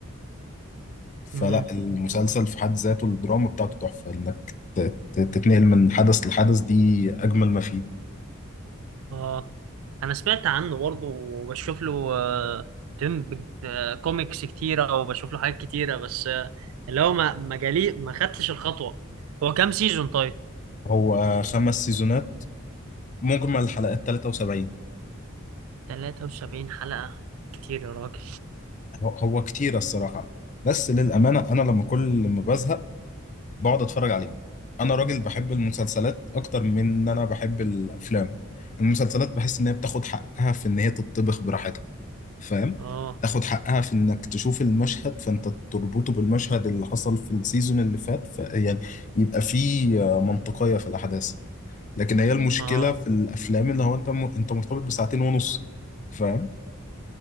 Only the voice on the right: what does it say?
امم
اه انا سمعت عنه برضه وبشوف له آه، تم آه، كوميكس كتيره وبشوف له حاجات كتيره بس آه، اللي هو ما ما جالي ما خدتش الخطوه هو كام سيزون طيب
73 حلقه كتير يا راجل
اه
اه
اه